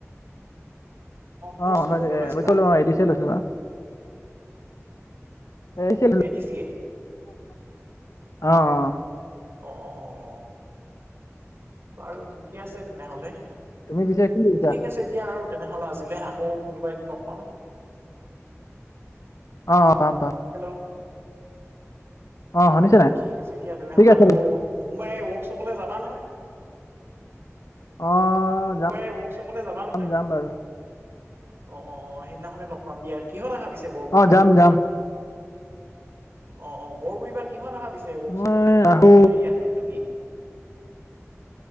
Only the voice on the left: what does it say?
অ' বাদে
এ,
ক'ৰ্চটো এ ডী চে লৈছিল ন'? এ
অ', অ'।
তুমি পিছে কি শিকিছা?
অ', অ' পাম পাম।
শুনিছা
নাই?
ঠিক আছে
অ'
যাম
যাম বাৰু
অ', যাম যাম
মই আহো